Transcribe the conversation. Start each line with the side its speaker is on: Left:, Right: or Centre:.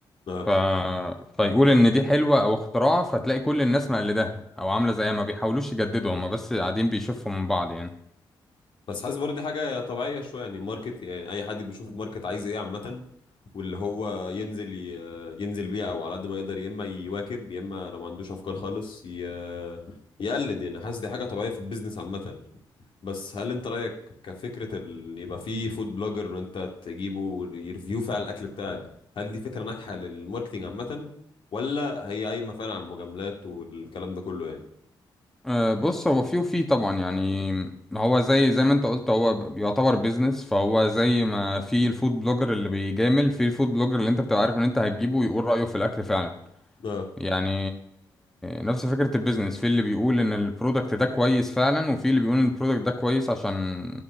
Left: آه.
Centre: ف... فيقول ان دي حلوه او اختراع فتلاقي كل الناس مقلداها او عامله زيها ما بيحاولوش يجددوا هما بس قاعدين بيشوفوا من بعض يعني
Left: بس حاسس برضه دي حاجة طبيعية شوية يعني الماركت يعني أي حد بيشوف الماركت عايز إيه عامة واللي هو ينزل ي... ينزل بيه أو على قد ما يقدر يا إما يواكب يا إما لو ما عندوش أفكار خالص ي... يقلد يعني حاسس دي حاجة طبيعية في البيزنس عامة بس هل أنت رأيك كفكرة ال... يبقى في فود بلوجر وأنت تجيبه ويرفيو فعلا الأكل بتاعك هل دي فكرة ناجحة للماركتينج عامة ولا هي قايمة فعلا على المجاملات والكلام ده كله يعني؟
Centre: أه بص هو فيه وفيه طبعا يعني هو زي زي ما انت قلت هو ب- يعتبر بيزنس فهو زي ما في الفود بلوجر اللي بيجامل في الفود بلوجر اللي انت بتبقى عارف ان انت هتجيبه ويقول رأيه في الاكل فعلا
Left: اه
Centre: يعني نفس فكرة البيزنس في اللي بيقول ان البرودكت ده كويس فعلا وفي اللي بيقول ان البرودكت ده كويس عشان